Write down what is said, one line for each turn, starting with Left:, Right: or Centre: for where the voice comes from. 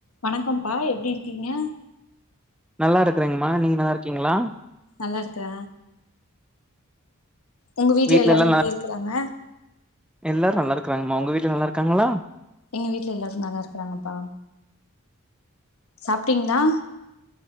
Left: வணக்கம்பா எப்படி இருக்கீங்க
Centre: நல்லாருக்கறேங்ம்மா நீங்க நல்லா கிங்களா
Left: நல்லா இருக்கிற உங்க வீட்டுல
Centre: வீட்ல
Left: எல்லாரு
Centre: எல்லா
Left: எப்டி
Centre: நல்லா
Left: இருக்கிறாங்க.
Centre: எல்லாரு நல்லாருக்கறாங்கம்மா உங்க வீட்ல நல்லாருக்காங்களா
Left: எங்க வீட்ல எல்லாரு நல்லாருக்கறாங்கப்பா சாப்ட்டீங்ளா